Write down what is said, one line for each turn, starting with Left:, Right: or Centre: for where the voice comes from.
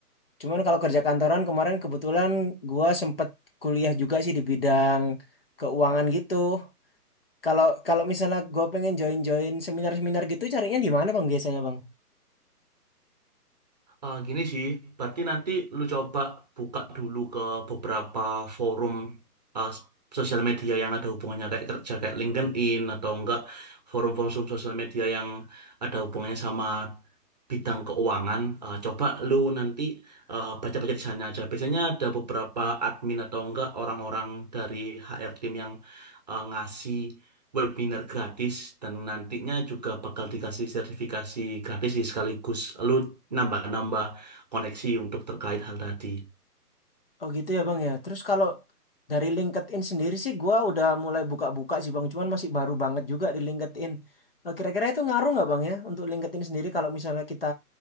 Left: Cuman kalau kerja kantoran kemarin kebetulan gua sempet kuliah juga sih di bidang keuangan gitu. Kalau kalau misalnya gua pengen join-join seminar-seminar gitu carinya di mana Bang biasanya Bang?
Right: Eh, gini sih, berarti nanti lu coba buka dulu ke beberapa forum eh, sosial media yang ada hubungannya kayak kerja kayak LinkedIn atau enggak forum-forum sosial media yang ada hubungannya sama bidang keuangan, eh, coba lu nanti eh, baca-baca di sana aja. Biasanya ada beberapa admin atau enggak orang-orang dari HR team yang eh, ngasih webinar gratis dan nantinya juga bakal dikasih sertifikasi gratis sih sekaligus lu nambah-nambah koneksi untuk terkait hal tadi.
Left: Oh gitu ya Bang ya. Terus kalau dari LinkedIn sendiri sih gua udah mulai buka-buka sih Bang, cuman masih baru banget juga di LinkedIn. Eh, Kira-kira itu ngaruh nggak Bang ya untuk LinkedIn sendiri kalau misalnya kita